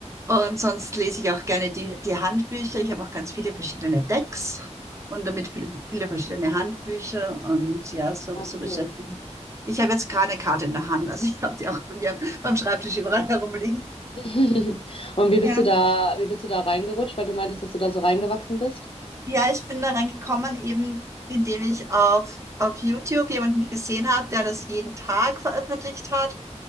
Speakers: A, on the right; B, on the left.
A: Und sonst lese ich auch gerne die, die Handbücher. Ich habe auch ganz viele verschiedene Decks und damit viele, viele verschiedene Handbücher. Und ja, so,
B: Ah,
A: so
B: cool.
A: beschäftigen. Ich habe jetzt gerade eine Karte in der Hand. Also ich habe die auch bei mir beim Schreibtisch überall <laughs> herumliegen.
B: <laughs> Und wie
A: Ja,
B: bist du da, wie bist du da reingerutscht, weil du meintest, dass du da so reingewachsen bist?
A: ja, ich bin da reingekommen, eben indem ich auf, auf YouTube jemanden gesehen habe, der das jeden Tag veröffentlicht hat.